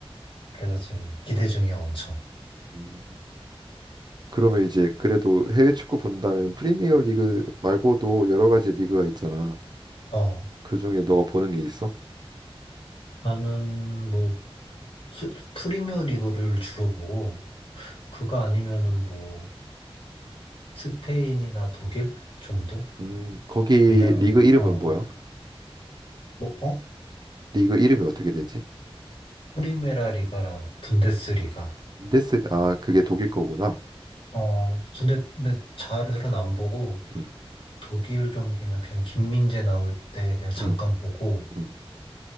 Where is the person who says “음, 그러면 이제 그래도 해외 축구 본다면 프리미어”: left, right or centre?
Right